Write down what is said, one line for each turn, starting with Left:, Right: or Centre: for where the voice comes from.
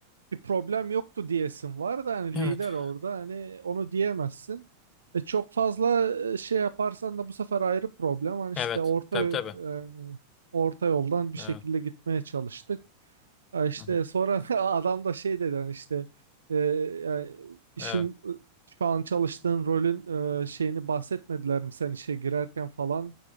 Right: bir problem yoktu diyesin var da hani
Left: Evet.
Right: lider orada hani onu diyemezsin. E, çok fazla e, şey yaparsan da bu sefer ayrı problem. Hani işte
Left: Evet.
Right: orta
Left: Tabii
Right: e,
Left: tabii.
Right: yani orta yoldan bir
Left: Evet.
Right: şekilde gitmeye çalıştık. Ha işte
Left: Hı hı.
Right: sonra <laughs> adam da şey dedi hani işte e, yani işin
Left: Evet.
Right: e, şu an çalıştığın rolün e, şeyini bahsetmediler mi sen işe girerken falan